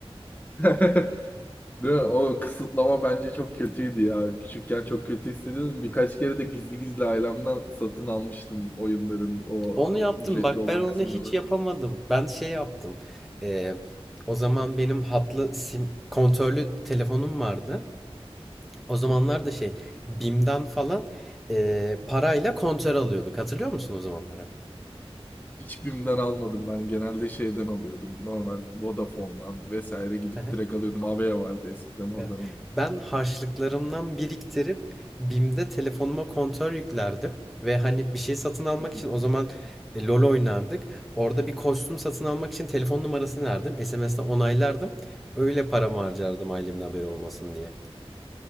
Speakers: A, on the left (about 15°); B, in the centre.
A: <laughs> Değil mi? O kısıtlama bence çok kötüydü ya. Küçükken çok kötü hissediyordum. Birkaç kere de gizli gizli ailemden satın almıştım oyunların o
B: Onu yaptım.
A: ücretli
B: Bak
A: olan
B: ben onu
A: kısımları.
B: hiç yapamadım. Ben şey yaptım. Ee, o zaman benim hatlı sim kontörlü telefonum vardı. O zamanlar
A: Hı hı.
B: da şey BİM'den falan e, parayla kontör alıyorduk. Hatırlıyor musun o zamanları?
A: Hiç BİM'den almadım ben. Genelde şeyden alıyordum. Normal Vodafone'dan vesaire gidip
B: <laughs>
A: direkt alıyordum. Avea vardı eskiden oradan
B: Evet.
A: alıyordum.
B: Ben harçlıklarımdan biriktirip BİM'de telefonuma kontör yüklerdim. Ve hani bir şey satın almak
A: Hı hı.
B: için o zaman e, LoL oynardık. Orada bir kostüm satın almak için telefon numarasını verdim. SMS'le onaylardım. Öyle paramı harcardım ailemin haberi olmasın diye.